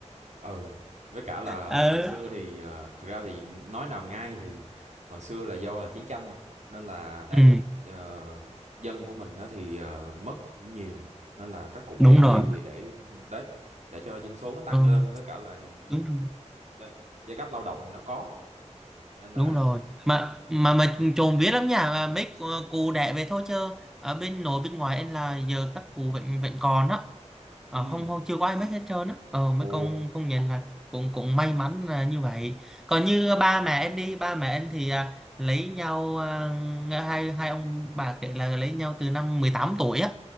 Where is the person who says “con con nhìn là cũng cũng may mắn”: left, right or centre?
Centre